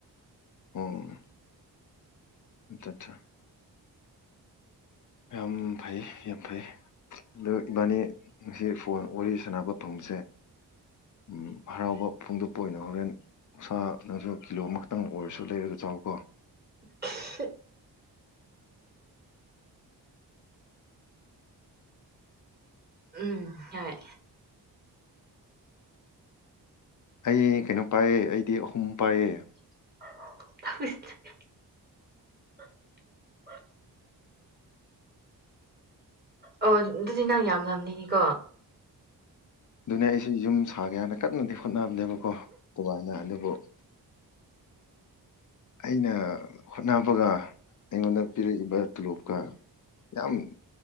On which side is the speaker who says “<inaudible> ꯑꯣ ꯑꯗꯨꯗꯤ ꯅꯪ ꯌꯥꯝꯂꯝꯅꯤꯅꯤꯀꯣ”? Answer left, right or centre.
Right